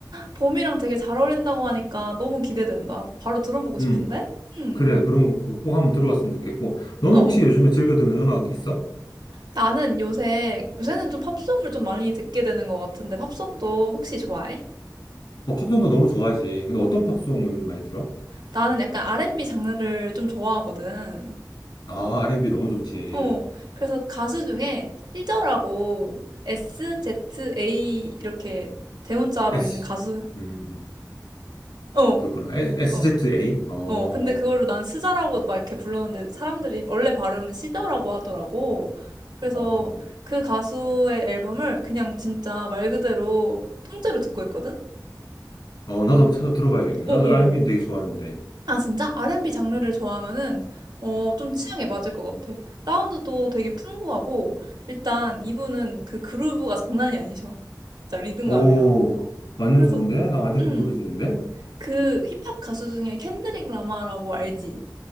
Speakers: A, on the right (about 75°); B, on the left (about 85°).
A: 봄이랑 되게 잘 어울린다고 하니까 너무 기대된다. 바로 들어보고 싶은데?
B: 음,
A: 음,
B: 그래 그럼 그거 꼭 한번 들어봤으면 좋겠고 너는
A: 어, 어.
B: 혹시 요즘에 즐겨 듣는 음악이 있어?
A: 나는 요새, 요새는 좀 팝송을 좀 많이 듣게 되는 것 같은데, 팝송도 혹시 좋아해?
B: 어, 팝송도 너무 좋아하지. 근데 어떤 팝송 요즘 많이 들어?
A: 나는 약간 R&B 장르를 좀 좋아하거든.
B: 아, R&B 너무 좋지.
A: 어, 그래서 가수 중에 시저라고 SZA 이렇게 대문자로
B: S,
A: 있는 가수,
B: 음,
A: 어,
B: 그렇구나. 에- SZA?
A: 어,
B: 어,
A: 어, 근데 그거를 난 스자라고 막 이렇게 불렀는데 사람들이 원래 발음은 시더라고 하더라고. 그래서
B: 어,
A: 그 가수의 앨범을 그냥 진짜 말 그대로 통째로 듣고 있거든?
B: 어, 나도 한번 찾아 들어봐야겠네.
A: 어어.
B: 나도 R&B 는 되게 좋아하는데.
A: 아, 진짜? R&B 장르를
B: 음.
A: 좋아하면은, 어, 좀 취향에 맞을 것 같아. 사운드도 되게 풍부하고, 일단 이분은 그 그루브가 장난이 아니셔. 진짜 리듬감이랑.
B: 오, 완전
A: 그래서,
B: 좋은데? 나 완전
A: 음,
B: 궁금해지는데?
A: 그 힙합 가수 중에 켄드릭 라마라고 알지?